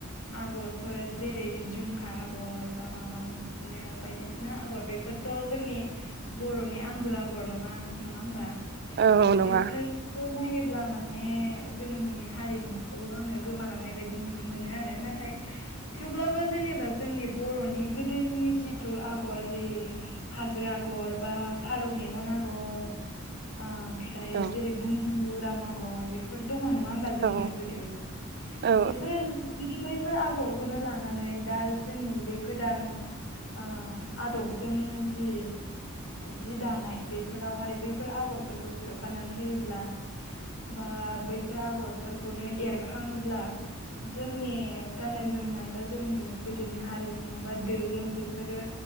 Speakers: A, on the left; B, on the right.
A: आगरफोर जेरै, जझुमखा आगर बा माबा बिदिनो बायदिसिना आगर बेफोर बेफोरथ' जोंनि बर'नि आंगो आगर नङा -नङा होमबा
B: औ नङा
A: बेफोर नायोब्ला माने जोंनि हारिमुखौ आङो गोमालांनाय बायदि नुनो मोनो। आरो ना नाथाय थेवब्लाबो जेनेबा जोंनि बर'नि गोदोनि जिथु आगर जे हाजो आगर बा फारौ मेगन ओमफ्राय ओमफ्राय
B: औ
A: जेरै बुन्दु राम आगर बेफोर दङ नङा होनबा। जोंनियाव
B: औ
A: गोदो
B: औ
A: बेफोरो जुदि बैफोर आगरखौनो लानानै दा जोंनि बे गोदान आ आदब जोंनो जे जि दानाय बेफोरावहाय बैफोर आगरफोरखौ सोफानानै होयोब्ला बा बैफोर आगरफोरखौनो एरखाङोब्ला- जोंनि गाननाय जोमनाय बा जोंनि गोदोनि हारिमु बा दोरों बेफोरो